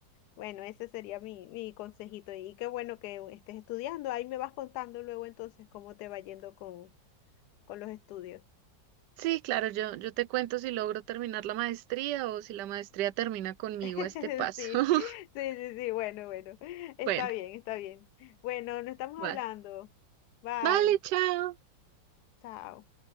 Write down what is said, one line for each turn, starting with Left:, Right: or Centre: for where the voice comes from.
Left: Bueno, ese sería mi, mi consejito. Y qué bueno que estés estudiando. Ahí me vas contando luego entonces cómo te va yendo con, con los estudios.
Right: Sí, claro, yo, yo te cuento si logro terminar la maestría o si la maestría termina conmigo
Left: <laughs>
Right: a este paso.
Left: Sí,
Right: <laughs>
Left: sí, sí, sí, bueno, bueno. Está
Right: Bueno,
Left: bien, está bien. Bueno, nos estamos
Right: va.
Left: hablando. Bye,
Right: Vale, chao.
Left: chao.